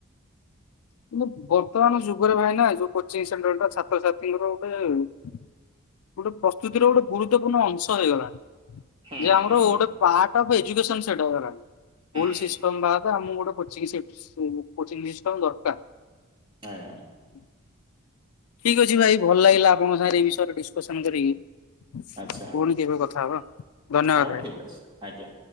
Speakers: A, on the left (about 80°); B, on the right (about 20°).
A: କିନ୍ତୁ ବର୍ତମାନ ଯୁଗରେ ଭାଇନା ଯୋଉ କୋଚିଂ ସେଣ୍ଟର ଟା ଛାତ୍ରଛାତ୍ରୀଙ୍କର ଗୋଟେ ଗୋଟେ ପ୍ରସ୍ତୁତି ର ଗୋଟେ ଗୁରୁତ୍ୱପୂର୍ଣ୍ଣ ଅଂଶ ହେଇଗଲାଣି।
B: ହୁଁ
A: ଯେ ଆମର
B: ହୁଁ
A: ଓଟେ ପାର୍ଟ ଅଫ୍ ଏଜୁକେସନ ସେଟ ହେଲାଣି। ସ୍କୁଲ
B: ହୁଁ।
A: ସିଷ୍ଟମ ବାଦେ ଆମକୁ ଗୋଟେ କୋଚିଂ ସିପ୍ ସି କୋଚିଂ ସିଷ୍ଟମ ଦରକାର୍।
B: ଆଜ୍ଞ।
A: <inaudible> ଠିକ୍ ଅଛି ଭାଇ ଭଲ ଲାଗିଲା ଆପ ଆପଣଙ୍କ ସାଙ୍ଗରେ ଏ ବିଷୟରେ ଡିସ୍କସନ କରିକି
B: ଆଚ୍ଛା
A: ପୁଣି କେବେ କଥା ହବା ଧନ୍ୟବାଦ
B: ହଉ
A: ଭାଇ।
B: ଠିକ୍ ଅଛି ଆଜ୍ଞା।